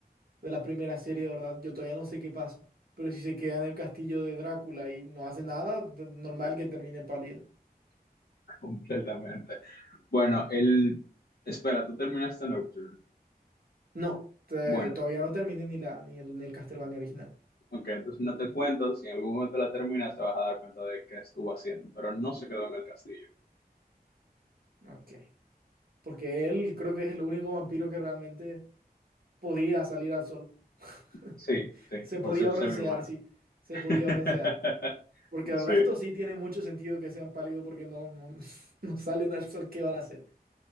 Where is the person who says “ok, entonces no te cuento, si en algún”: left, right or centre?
Left